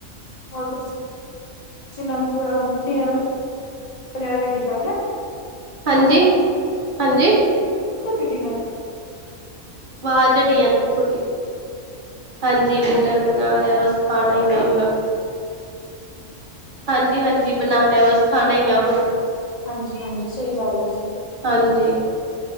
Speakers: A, on the left; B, on the right.
A: <unintelligible> ਵਗੈਰਾ ਰੈਡੀ ਕਰ ਲਿਆ
B: ਹਾਂਜੀ-ਹਾਂਜੀ।
A: ਤੁਸੀਂ ਡਿਨਰ
B: ਬਾਵਾਜ਼ <unintelligible> ਜਾਂਦੀ ਤੁਹਾਡੀ ਹਾਂਜੀ ਡਿਨਰ ਬਣਾ ਲਿਆ ਬਸ। ਖਾਣਾ
A: ਹਾਂਜੀ
B: ਹੀ ਆ ਅਪਣਾ ਹਾਂਜੀ ਹਾਂਜੀ ਬਣਾ ਲਿਆ ਬਸ। ਖਾਣਾ ਹੀ ਆ ਹੁਣ।
A: ਹਾਂਜੀ ਹਾਂਜੀ ਸਹੀ ਗੱਲ ਹੈ ਜੀ
B: ਹਾਂਜੀ।